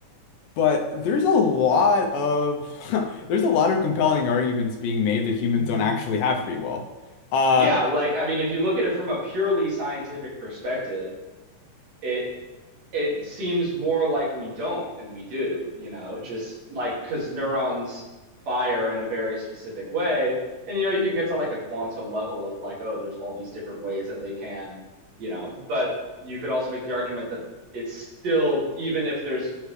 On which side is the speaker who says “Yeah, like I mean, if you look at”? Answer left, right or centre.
Right